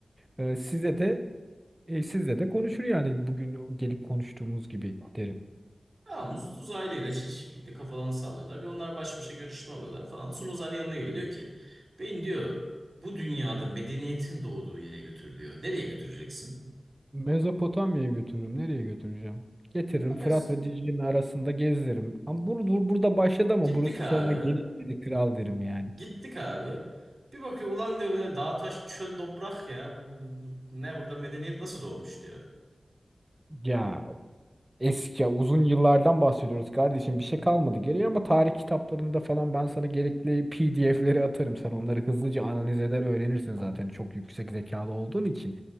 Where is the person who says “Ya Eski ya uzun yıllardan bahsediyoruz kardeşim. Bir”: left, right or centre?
Right